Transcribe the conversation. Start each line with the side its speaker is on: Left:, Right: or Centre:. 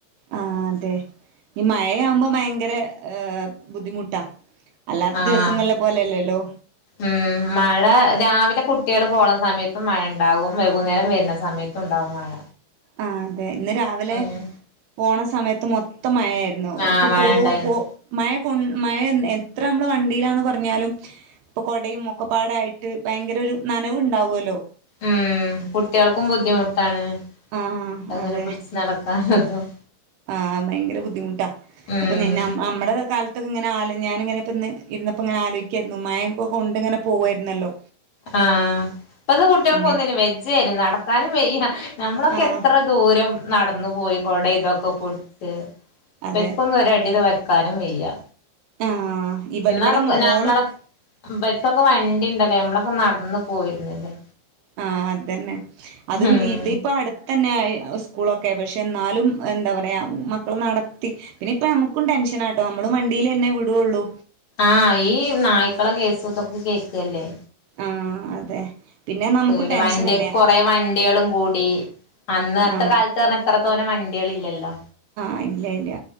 Right: ആഹ് അതെ ഈ മഴയാവുമ്പോ ഭയങ്കര ഏഹ് ബുദ്ധിമുട്ടാ. അല്ലാത്ത
Left: ആഹ്
Right: ദിവസങ്ങളെ പോലെയല്ലേല്ലോ.
Left: ഉം മഴ രാവിലെ കുട്ടിൾ പോണ സമയത്തും മഴ ഉണ്ടാകും വൈകുന്നേരം വരുന്ന സമയത്ത ത്തുണ്ടാവും മഴ.
Right: ആഹ് അതെ ഇന്ന് രാവിലെ
Left: ഉം
Right: പോണ സമയത്ത് മൊത്ത മഴയായിരുന്നു
Left: ആഹ്
Right: ഇപ്പൊ
Left: മഴ
Right: പോ
Left: ഉണ്ടായിരുന്നു
Right: പോ മഴ കൊൺ മഴ എത്ര നമ്മള് വണ്ടീലാന്ന് പറഞ്ഞാലും ഇപ്പൊ കൊടയും ഒക്കപ്പാടായിട്ട് ഭയങ്കര ഒരു നനവ്ണ്ടാവോല്ലോ.
Left: ഉം കുട്ട്യേൾക്കും ബുദ്ധിമുട്ടാണ്
Right: ആഹ്
Left: അത്ങ്ങനെ
Right: അതെ
Left: പിടിച്ച് നടക്കാനു തും.
Right: ആഹ് ഭയങ്കര ബുദ്ധിമുട്ടാ
Left: ഉം
Right: അപ്പം ഞ ഞം നമ്മടെ കാല ത്തൊക്കെ ങ്ങനെ ആല് ഞാന് പ്പ ന്ന് ഇര്ന്നപ്പങ്ങെനെ ആലോചിക്കായിരുന്നു. മയംക്കെ കൊണ്ട് ഇങ്ങനെ പോവായിരുന്നല്ലോ.
Left: ആഹ് ഇപ്പത്തെ കുട്ടിയേൾക്കന്നിനും
Right: അങ്ങനെ
Left: വെജേജനും നടക്കാനും വെയ്യ. ഞമ്മളൊക്കെ
Right: ആഹ്
Left: എത്ര ദൂരം നടന്നു പോയി കൊടി ഇതൊക്കെ പുട് ച്ച് ഇബല്ക്കൊന്നും
Right: അതെ
Left: ഒരടി ദ് വെക്കാനും വെയ്യ.
Right: ആഹ് ഇവിടെ
Left: ഇന്നാ
Right: ഇവിടെ
Left: ന്നൊക്ക ഞമ്മള
Right: മോള്
Left: ഇബല്ക്കൊക്കെ വണ്ടിണ്ടല്ലോ നമ്മളൊക്കെ നടന്ന് പോയിരുന്നില്ലേ.
Right: ആഹ് അതന്നെ അതും
Left: ഉം
Right: ഇത് പ്പം അടുത്തന്നെ സ്കൂളൊക്കെ പക്ഷേ എന്നാലും എന്താ പറയാ മക്കൾ നടത്തി പിന്നെ ഇപ്പ നമക്കും ടെൻഷനാട്ടോ നമ്മള് വണ്ടീലെന്നെ വിടൊള്ളൂ.
Left: ആഹ് ഈ നായ്ക്കളെ കേസും തൊക്കെ കേക്കല്ലേ.
Right: ആഹ് അതെ. പിന്നെ നമുക്കും
Left: പേടിയാ
Right: ടെൻഷനല്ലേ
Left: വണ്ടി കൊറേ വണ്ടിയേളും കൂടി. അന്ന് അത്തെ
Right: ആഹ്
Left: കാലത്ത് പർഞ്ഞാ ഇത്രത്തോനെ വണ്ട്യേൾ ഇല്ലല്ലോ.
Right: ആഹ് ഇല്ല ഇല്ല്യ.